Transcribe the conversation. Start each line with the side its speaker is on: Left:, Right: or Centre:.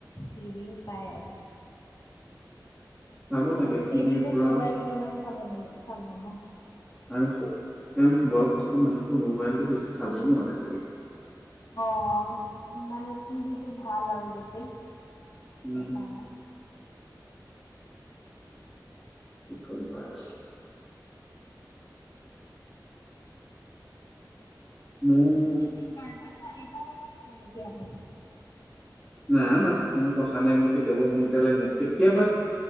Left: টিভিও চাই আৰু।
Centre: চাব লাগে
Left: আৰু গোটেই
Centre: টিভিৰ
Left: দিনটোত
Centre: পৰাও
Left: মোবাইল কিমান চাব লাগ, চাব ন।
Centre: আৰু তেওঁলোক বয়সস্থ মানুহটো মোবাইলতটো বেছি চাবও নোৱাৰে চাগে।
Left: অ, মানে টিভি টো ভাল আৰু বেছেই
Centre: উম,
Left: কাৰণে।
Centre: কি কৰিবা আৰু। উম।
Left: এনে বাৰটা, এটা বজাত শুৱে নেকি আপুনি
Centre: নাই, না মোৰ কথা নাই, মোৰ কেতিয়াবা সোনকালে শু কেতিয়াবা